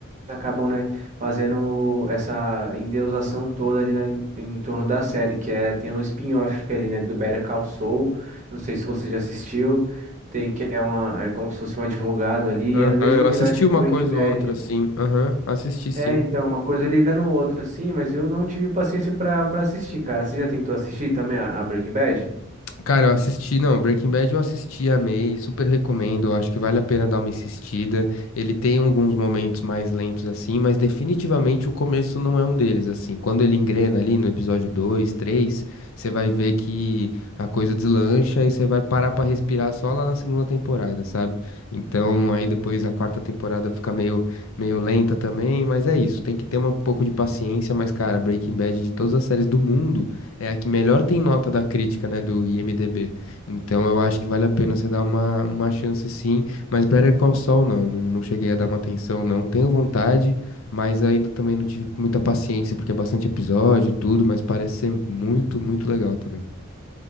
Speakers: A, on the right; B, on the left.
A: acabam, né, fazendo essa endeusação toda ali na- em, em torno da série, que é tem o spin-off ali, né, do Better Call Saul. Não sei se você já assistiu. Tem que é uma é como se fosse um advogado ali,
B: Aham,
A: e é no mesmo
B: eu
A: universo
B: assisti
A: que
B: uma
A: o Breaking
B: coisa
A: Bad.
B: ou outra, assim. Aham, assisti sim.
A: É, então, uma coisa liga no outro, assim, mas eu não tive paciência pra, pra assistir, cara. Você já tentou assistir também a, a Breaking Bad?
B: Cara, eu assisti, não, Breaking Bad eu assisti, amei, super recomendo, eu acho que vale a pena dar uma insistida. Ele tem alguns momentos mais lentos assim, mas definitivamente o começo não é um deles, assim. Quando ele engrena ali no episódio 2, 3, você vai ver que a coisa deslancha e você vai parar pra respirar só lá na segunda temporada, sabe? Então, aí depois a quarta temporada fica meio meio lenta também, mas é isso, tem que ter um pouco de paciência, mas cara, Breaking Bad de todas as séries do mundo é a que melhor tem nota da crítica, né, do IMDb. Então eu acho que vale a pena você dar uma, uma chance sim, mas Better Call Saul não, não, não cheguei a dar uma atenção não. Tenho vontade, mas ainda também não tive muita paciência, porque é bastante episódio e tudo, mas parece ser muito, muito legal também.